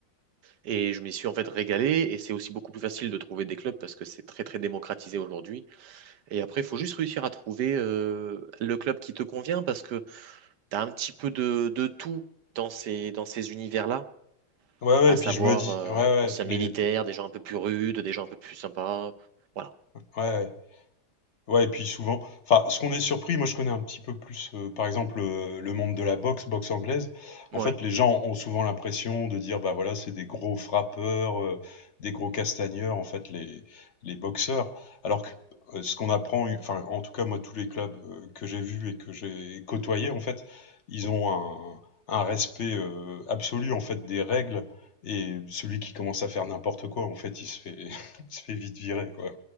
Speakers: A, on the right; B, on the left.
A: Et je m'y suis en fait régalé. Et c'est aussi beaucoup plus facile de trouver des clubs parce que c'est très très démocratisé aujourd'hui. Et après, il faut juste réussir à trouver euh, le club qui te convient parce que tu as un petit peu de, de tout dans ces, dans ces univers-là,
B: Ouais, ouais,
A: à
B: et puis
A: savoir
B: je me dis,
A: euh,
B: ouais, ouais,
A: anciens
B: les,
A: militaires,
B: ouais,
A: des gens un peu plus rudes, des gens un peu plus sympas. Voilà.
B: ouais. Ouais, et puis souvent, enfin, ce qu'on est surpris, moi je connais un petit peu plus, euh, par exemple, euh, le monde de la boxe, boxe anglaise. En
A: Oui.
B: fait, les gens ont souvent l'impression de dire, bah voilà, c'est des gros frappeurs, euh, des gros castagneurs, en fait, les, les boxeurs. Alors que euh, ce qu'on apprend, euh, enfin, en tout cas, moi, tous les clubs euh, que j'ai vus et que j'ai côtoyés, en fait, ils ont un, un respect euh, absolu, en fait, des règles. Et celui qui commence à faire n'importe quoi, en fait, il se fait, <laughs> il se fait vite virer, quoi.